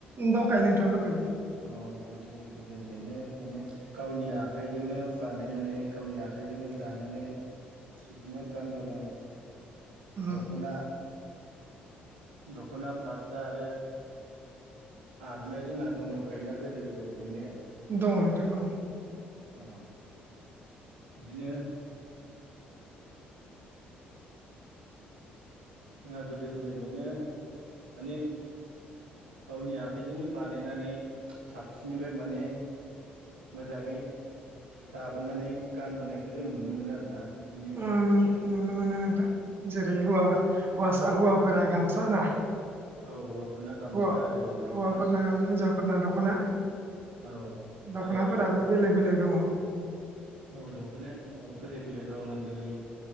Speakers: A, on the right; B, on the right.
A: दंखायो नोंथां दंखायो।
B: अ गोदो गोदोनिफ्रायनो माने गावनि आखाइजोंनो बानायनानै गावनि आखाइजोंनो दानानै
A: <inaudible>
B: बिदिनो गानबोनाय
A: उम
B: दख'ना दख'ना फास्रा आरो आर'नाइ जोंहा दंबोखायोना गोदो गोदोनिफ्रायनो
A: दं नोंथां दं।
B: अ बिदिनो। जोंहा गोदो गोदायनिफ्रायनो माने गावनि आखाइजोंनो बानायनानै साबसिननिफ्राय माने मोजाङै दाबोनानै गानबोनायखौ जों नुनो मोनो आरोना। बिदिनो
A: उ नुन नुनो मोनो नोंथां जेरै हौवाबो हौवासा हौवाफोरा गामसा ना
B: औ हौवाफोरना गामसा
A: हौवा
B: आरो हिनजावफोरना
A: हौवाफोरना हिनजावफोरना दख'ना
B: औ
A: दख'नाफोराबो
B: आरो
A: बेलेग बेलेग दङ
B: औ दख'नाय फुङ बेलेग बेलेग दं जेरै